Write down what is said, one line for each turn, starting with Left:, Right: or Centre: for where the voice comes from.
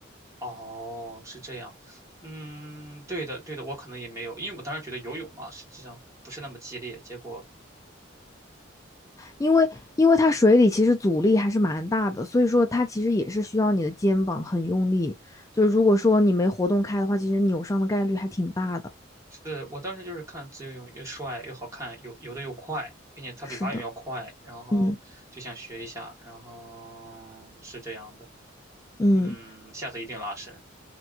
Right: 哦，是这样。嗯，对的，对的，我可能也没有，因为我当时觉得游泳嘛，实际上不是那么激烈。结果
Left: 因为因为它水里其实阻力还是蛮大的，所以说它其实也是需要你的肩膀很用力。就是如果说你没活动开的话，其实扭伤的概率还挺大的。
Right: 是我当时就是看自由泳又帅又好看，游游的又快，并且它比蛙泳要快，
Left: 是的，
Right: 然后就想学一下，
Left: 嗯
Right: 然后是这样的。
Left: 嗯，
Right: 嗯，下次一定拉伸。